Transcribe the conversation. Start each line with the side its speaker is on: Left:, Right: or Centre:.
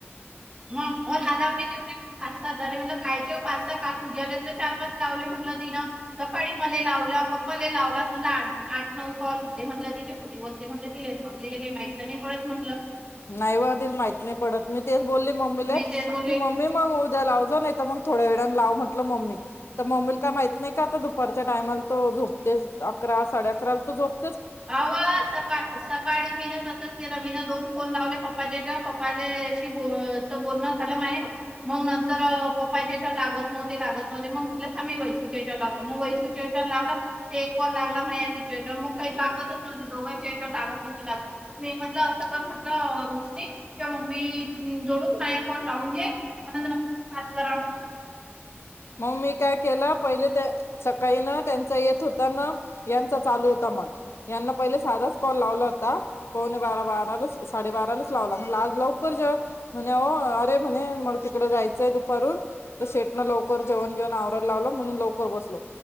Right: मग म राधा देऊ पाच सात झाले म्हण कायचे पाच स काल पूज्याला तर चार पाच लावले म्हटलं तिने सकाळी मले लावला पापा लई लावलास म्हटले. आ.. आठ नऊ कॉल म्हटलं किती खोटी बोलते म्हटल. तुया मम्मी ला तर माहीत नाही पडत म्हटल?
Left: नाही व माहीत नाही पडत. मी तेच बोलले? मम्मीले..
Right: मी तेच बोलले
Left: की मम्मी मला होऊ द्यायला लाउजो. नाही त म थोड म्हटल मम्मी.. मम्मी ला का माहीत नाही का आता दुपारच्या टाईमाला तो झोपतो अकरा साडे अकरा ला तो झोपतो.
Right: आव.. सका सकाळी मी न तसच केल. मी ना दोन कॉल लावले पप्पाच्या ह्याच्यावर. पप्पाशी बोल.. बोलण झाल माया. मग नंतर पप्पाच्या याच्यावर लागत नव्हते.. लागत नव्हते. मग म्हटल. थांब वैष्णवीच्या याच्यावर लावते. म वैष्णवीच्या याच्यावर लावला. ते एक कॉल लागला नाय तिच्या जवळ काही लागतच नव्हते? दोघांच्या याच्या लागत नव्हते.. लागत नव्हते मी म्हटल अस का म्हटलं रोशनी? त्या मम्मी ची जवळ माया फोन लावून घे? कर म्हटल. <unintelligible>
Left: म.. मी काय केलं पहीले ते सकाळी ना त्यांचा येत होता ना? यांचा चालू होता. मग यांना पहिले साधा च कॉल लावला होता. पावणे बारा बारालाच साडेबारालाच लावला. म्हणल आज लावू करजो म्हणओ अरे.. म्हणे.. मग तिकडे जायचय दुपारून. त शेट मध्ये लव जेवन घेऊन आवरायला लावल. म्हणून ल बसलो.